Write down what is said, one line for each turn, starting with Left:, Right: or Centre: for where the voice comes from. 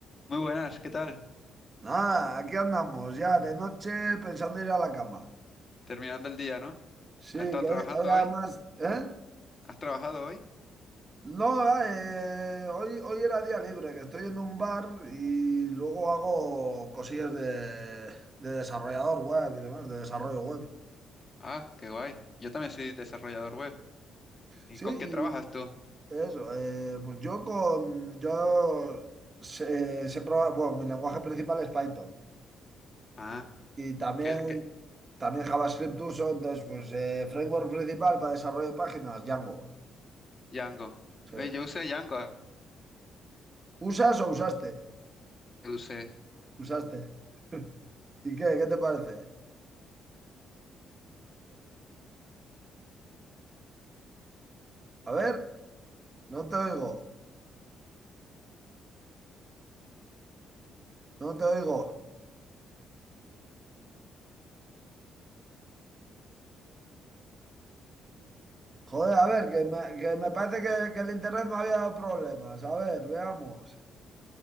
Left: Muy buenas, ¿qué tal?
Right: Nada, aquí andamos ya de noche pensando ir a la cama.
Left: Terminando el día, ¿no?
Right: Sí,
Left: ¿Has
Right: que
Left: estado
Right: hoy,
Left: trabajando
Right: hoy además,
Left: hoy?
Right: ¿eh?
Left: ¿Has trabajado hoy?
Right: No, eh, hoy, hoy era día libre, que estoy en un bar y luego hago cosillas de, de desarrollador web y demás, de desarrollo web.
Left: Ah, qué guay. Yo también soy desarrollador web. ¿Y
Right: Sí,
Left: con qué
Right: y
Left: trabajas tú?
Right: eso, eh, pues yo con, yo sé, sé probar- bueno, mi lenguaje principal es Python
Left: Ah,
Right: y también,
Left: ¿qué, qué?
Right: también JavaScript uso, entonces pues eh, framework principal para desarrollo de páginas, Django.
Left: Django.
Right: Sí.
Left: Eh, yo usé Django, ah,
Right: ¿Usas o usaste?
Left: yo usé. <laughs>
Right: Usaste. <laughs> ¿Y qué? ¿Qué te parece? A ver, no te oigo, no te oigo. Joder, a ver, que me, que me parece que, que el internet me había dado problemas. A ver, veamos.